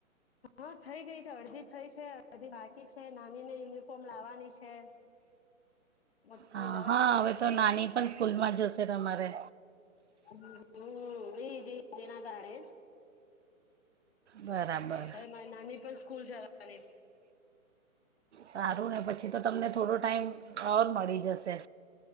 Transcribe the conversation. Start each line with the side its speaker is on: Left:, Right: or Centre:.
Left: હા, થઈ ગઈ છે. અડધી થઈ ગઈ છે, અડધી બાકી છે. નાનીને યુનિફોર્મ લાવવાની છે. મોટીની
Right: હા
Left: લવાઈ
Right: હા
Left: ગઈ
Right: હવે
Left: છે.
Right: તો નાની પણ સ્કૂલમાં જશે તમારે
Left: હં. એ જ એ જ. એના કારણે જ.
Right: બરાબર.
Left: હવે મારી નાની પણ સ્કૂલ જવાની.
Right: સારું ને પછી તો તમને થોડો ટાઈમ ઓર મળી જસે.